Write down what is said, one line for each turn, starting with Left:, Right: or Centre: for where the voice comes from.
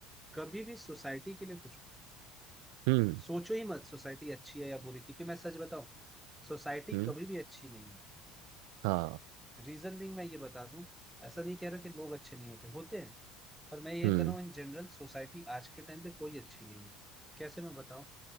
Centre: कभी भी सोसाइटी के लिए कुछ
Right: हम्म
Centre: सोचो ही मत सोसाइटी अच्छी है या बुरी क्योंकि मैं सच बताऊं सोसाइटी
Right: हम्म
Centre: कभी भी अच्छी नहीं
Right: हाँ
Centre: है रीजन बीइंग मैं ये बता दूं ऐसा नहीं कह रहा कि लोग अच्छे नहीं होते होते हैं पर मैं ये
Right: हम्म
Centre: कह रहा हूँ इन जनरल सोसाइटी आज के टाइम पे कोई अच्छी नहीं है कैसे मैं बताऊं